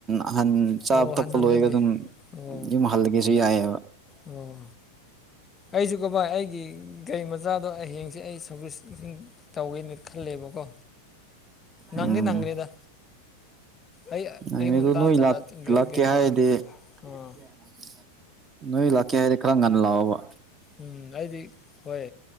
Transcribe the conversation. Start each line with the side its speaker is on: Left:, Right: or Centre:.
Right: ꯑꯍꯟ ꯆꯥꯕ
Left: ꯑꯧ
Right: ꯊꯛꯄ
Left: ꯍꯟꯍꯟꯗꯣꯏꯅꯤ
Right: ꯂꯣꯏꯒ ꯑꯗꯨꯝ
Left: ꯑꯣ
Right: ꯌꯨꯝ ꯍꯜꯂꯒꯦꯁꯨ ꯌꯥꯏꯑꯕ
Left: ꯑꯣ ꯑꯩꯁꯨ ꯀꯕꯥ ꯑꯩꯒꯤ ꯒꯥꯔꯤ ꯃꯆꯥꯗꯣ ꯍꯌꯦꯡꯁꯦ ꯑꯩ ꯁꯥꯔꯚꯤꯁꯁꯤꯡ ꯇꯧꯒꯦꯅꯤ ꯈꯜꯂꯦꯕꯀꯣ ꯅꯪꯗꯤꯦ
Right: ꯎꯝ
Left: ꯅꯪꯒ꯭ꯔꯦꯗ ꯑꯩ
Right: ꯅꯪ
Left: ꯑꯩ ꯃ
Right: ꯑꯗꯨ
Left: ꯇ
Right: ꯅꯣꯏ
Left: ꯆꯠ ꯑ
Right: ꯂꯥꯛꯀꯦ ꯍꯥꯏꯔꯗꯤ
Left: ꯑꯥ
Right: <unintelligible> ꯅꯣꯏ ꯂꯥꯛꯀꯦ ꯍꯥꯏꯗꯤꯦ ꯈꯔ ꯉꯟꯅ ꯂꯥꯛꯑꯣꯕ
Left: ꯎꯝ ꯑꯩꯗꯤ ꯍꯣꯏ